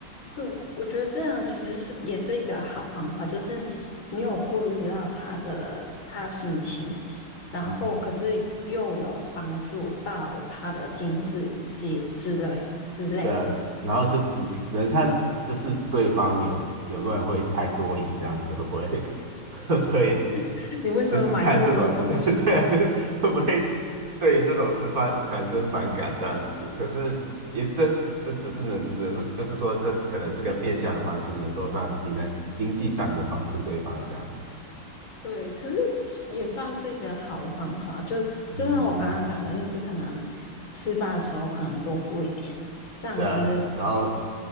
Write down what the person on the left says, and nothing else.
对，我觉得这样其实是也是一个好方法，就是你有顾虑到他的他的心情，然后可是又有帮助到他的经济之之类之类的。
<laughs> 你为什么买那么多东西？
<laughs>
对，其实也算是一个好的方法。就就像我刚刚讲的，
就是可能吃饭的时候可能多付一点，这样其实